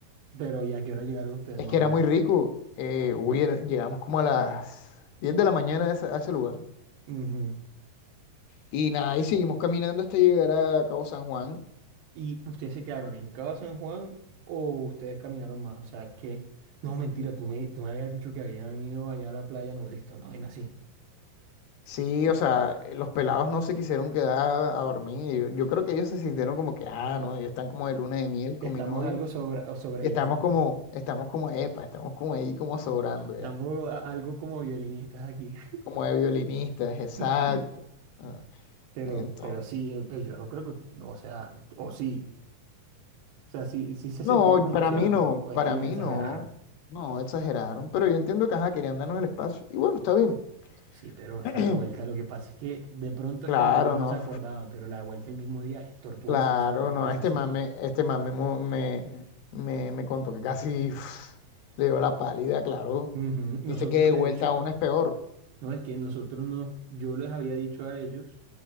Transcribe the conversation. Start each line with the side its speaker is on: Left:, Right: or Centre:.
Right: Pero ¿y a qué hora llegaron ustedes
Left: Es
Right: más
Left: que
Right: o
Left: era
Right: menos?
Left: muy rico. Eh, uy, era- llegamos como a las 10 de la mañana a ese, a ese lugar.
Right: Ujú.
Left: Y nada, y seguimos caminando hasta llegar a Cabo San Juan.
Right: ¿Y ustedes se quedaron en cada San Juan o ustedes caminaron más? O sea, es que, no, mentira, tú me, tú me habías dicho que habían ido allá a la playa nudista, ¿no? Y así.
Left: Sí, o sea, eh, los pelados no se quisieron quedar a dormir. Yo, yo creo que ellos se sintieron como que, ah, no, ellos están como de luna de miel con
Right: Estamos
Left: mi novia.
Right: algo sobre, o sobreating.
Left: Y estamos como, estamos como, epa, estamos como ahí como sobrando
Right: Estamos
Left: ya,
Right: a- algo como violinistas aquí.
Left: como de violinistas, exacto.
Right: <laughs>
Left: Ah,
Right: Pero,
Left: entonces,
Right: pero sí, eh, pues yo no creo que, no, o sea, o sí. O sea, sí, sí se
Left: no,
Right: sentía como
Left: para
Right: así
Left: mí
Right: o no,
Left: no,
Right: o es
Left: para
Right: que ellos
Left: mí
Right: exageraron.
Left: no, no, exageraron, pero yo entiendo que, ajá, querían darnos el espacio, y bueno, está bien.
Right: Sí, pero esa
Left: <clears throat>
Right: de vuelta, lo que pasa es que de pronto
Left: Claro,
Right: es porque ellos no
Left: no,
Right: se acordaban, pero la de vuelta el mismo día es tortuosa,
Left: claro,
Right: eso no es
Left: no,
Right: tan sencillo.
Left: este mame, este mame mo- me, me, me contó que casi uf, le dio la pálida, claro.
Right: Ujú.
Left: Dice
Right: Nosotros,
Left: que de
Right: de
Left: vuelta
Right: hecho,
Left: a una es peor.
Right: no es que nosotros no, yo les había dicho a ellos,